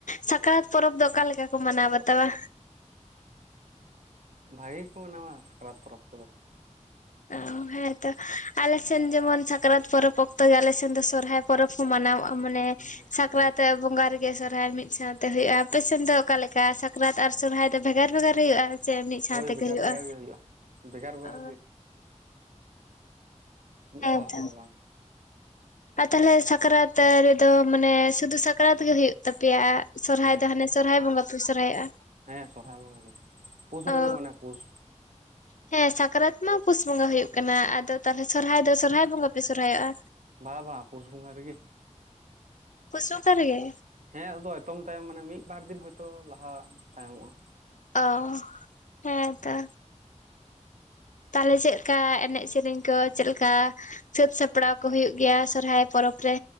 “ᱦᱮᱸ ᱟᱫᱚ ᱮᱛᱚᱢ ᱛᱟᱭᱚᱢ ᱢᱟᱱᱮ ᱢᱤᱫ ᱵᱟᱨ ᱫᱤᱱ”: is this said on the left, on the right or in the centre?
Right